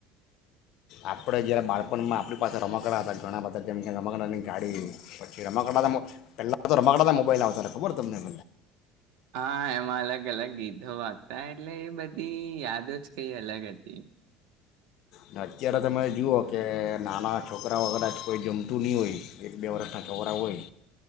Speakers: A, on the left; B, on the right.
A: આપણે જ્યારે બાળપણમાં આપણી પાસે રમકડા હતા, ઘણા બધા જેમ કે રમાકડાની ગાડી પછી રમકડા તો મો પહેલાં તો રમકડા તો મોબાઈલ આવતા હતા, ખબર તમને
B: હા એમાં અલગ અલગ ગીતો વાગતા એટલે એ બધી યાદ જ કઈ અલગ હતી.
A: ને અત્યારે તમે જુઓ કે નાના છોકરાઓ કદાચ કોઈ જમતું ની હોય એક બે વર્ષના છોકરા હોય